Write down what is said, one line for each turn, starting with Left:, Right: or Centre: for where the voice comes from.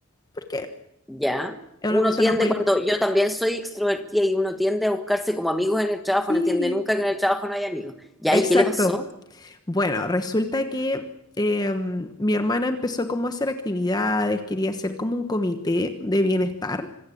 Left: porque
Centre: ya.
Left: es
Centre: Uno
Left: una persona
Centre: tiende
Left: muy...
Centre: cuando yo también soy extrovertida y uno tiende a buscarse como amigos en el trabajo,
Left: Sí,
Centre: no entiende nunca que en el trabajo no hay amigos. Ya,
Left: exacto.
Centre: ¿y qué le pasó?
Left: Bueno, resulta que em, mi hermana empezó como a hacer actividades, quería hacer como un comité de bienestar